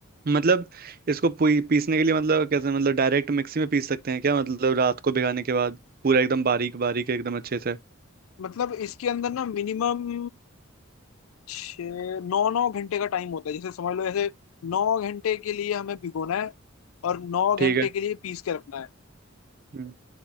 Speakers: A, on the right; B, on the left.
A: मतलब इसको पी, पीसने के लिए मतलब कैसे मतलब डायरेक्ट मिक्सी में पीस सकते हैं क्या मतलब रात को भिगाने के बाद पूरा एकदम बारीक बारीक एकदम अच्छे से
B: मतलब इसके अंदर ना मिनिमम छ नौ नौ घंटे का टाइम होता है जैसे समझ लो जैसे नौ घंटे के लिए हमें भिगोना है और नौ घंटे
A: ठीक है
B: के लिए पीस के रखना है
A: हम्म